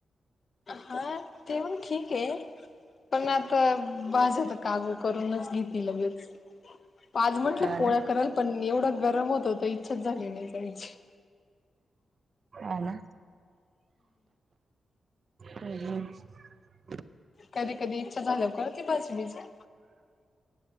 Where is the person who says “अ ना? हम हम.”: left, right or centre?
Right